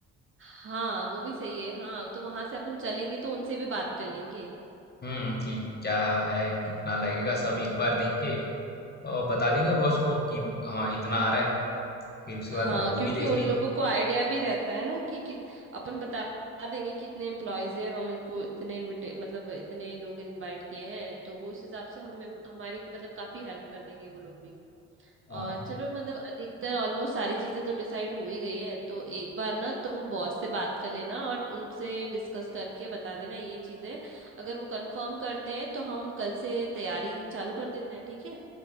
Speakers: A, on the right (about 35°); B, on the left (about 25°).
A: हाँ वो भी सही है हाँ तो वहां से अपन चलेंगे तो उनसे भी बात कर लेंगे
B: हम्म कि क्या है कितना लगेगा सब एक बार देख के और बता देंगे बॉस को कि हाँ इतना आ रहा है फिर उसके
A: हाँ
B: बाद वो
A: क्योंकि
B: भी देख
A: उन
B: लेंगे
A: लोगों को आइडिया भी रहता है ना कि, कि अपन बता देंगे कि इतने एम्प्लॉयज है हम इनको इतने इनविटे मतलब इतने लोग इनवाइट किए हैं तो वो उस हिसाब से हमें हमारी मतलब काफी हेल्प कर देंगे वो लोग भी
B: हाँ
A: और चलो मतलब अधिकतर ऑलमोस्ट सारी चीजें तो डिसाइड हो ही गई है तो एक बार ना तुम बॉस से बात कर लेना और उनसे डिस्कस करके बता देना ये चीजें अगर वो कंफर्म करते हैं तो हम कल से तैयारी चालू कर देते हैं ठीक है